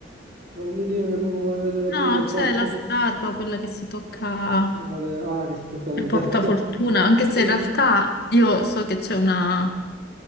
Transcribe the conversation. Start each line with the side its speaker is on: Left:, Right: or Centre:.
Right: Ma non mi dire che mi vuoi vedere
Left: No,
Right: pure il balcone.
Left: c'è la statua, quella che si tocca
Right: con le- Ah, che si toccano
Left: il
Right: le
Left: portafortuna,
Right: tette.
Left: anche se
Right: <laughs>
Left: in realtà io so che c'è una...